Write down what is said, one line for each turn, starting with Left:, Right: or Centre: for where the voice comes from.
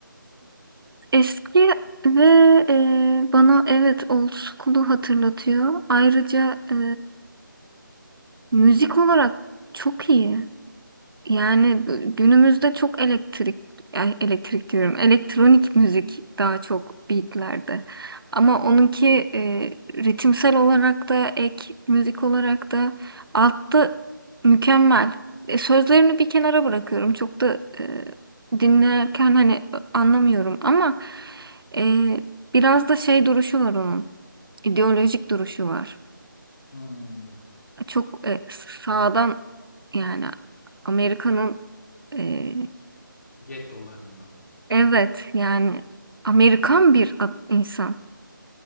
Right: Eski ve e, bana evet old school'u hatırlatıyor. Ayrıca e, müzik olarak çok iyi. Yani bu- günümüzde çok elektrik ay, elektrik diyorum. Elektronik müzik daha çok beatlerde. Ama onunki e, ritimsel olarak da ek müzik olarak da altta mükemmel. E, sözlerini bir kenara bırakıyorum. Çok da e, dinlerken hani anlamıyorum ama e, biraz da şey duruşu var onun. İdeolojik duruşu var.
Left: Hmm.
Right: Çok e, sağdan yani Amerika'nın e,
Left: Get dolarından.
Right: Evet yani Amerikan bir ad- insan.